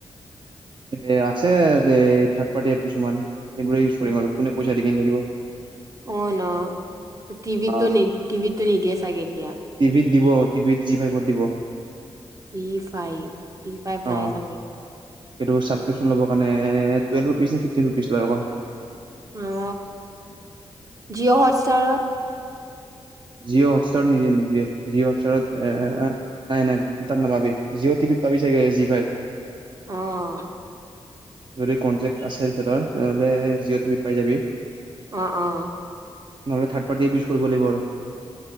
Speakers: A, on the right (about 50°); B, on the right (about 30°).
A: এ আছে। যে থাৰ্ড পাৰ্টি কিছুমান? সেইবোৰে ইউজ কৰিম
B: অ
A: আৰু কোনে পইচা দি কিনি থাকিব
B: অ ন টিভিতো
A: আহ
B: নি টিভিতটো নিদিয়ে চাগে। সতিয়া।
A: টিভিত দিব টিভিত জি ফাইভত দিব।
B: চি ফাইভ চি ফাইভ
A: অ
B: নাই চাগে
A: সটো ছাব্ক্ৰিপচন ল'বৰ কাৰণে? টুৱেলভ ৰুপিজেফটিন ৰুপিজ লয় অকল?
B: অ জিঅ' হটষ্টাৰত
A: জিঅ' হটষ্টাৰত নিদিয়ে নিদিয়ে জিঅটত নাই নাই তাত নবাবি জি' অ টিভিত পাবি জি ফাইভ
B: অহ
A: যদি কনটেক্ট আছে তেখেতৰ তেনেহ'লে জিঅ' টিভিত পাই যাবি।
B: অ অ
A: নহ'লে থাৰ্ড পাটি বিষ কৰিব লাগ আৰু